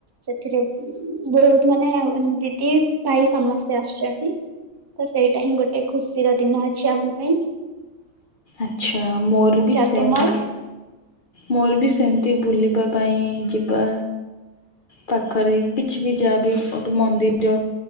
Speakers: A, on the right; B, on the left.
A: ସେଥିରେ ବହୁତ ମାନେ ଦିଦି ଭାଇ ସମସ୍ତେ ଆସୁଛନ୍ତି। ତ ସେଇଟା ହିଁ ଗୋଟେ ଖୁସି ର ଦିନ ଅଛି ଆମ ପାଇଁ।
B: ଆଛା ମୋର
A: ଆଚ୍ଛା
B: ବି ସେମ
A: ତୁମର?
B: ମୋର ବି ସେମିତି ବୁଲିବା ପାଇଁ ଯିବା ପାଖରେ କିଛି ବି ଯାହା ବି ଗୋଠୁ ମନ୍ଦିର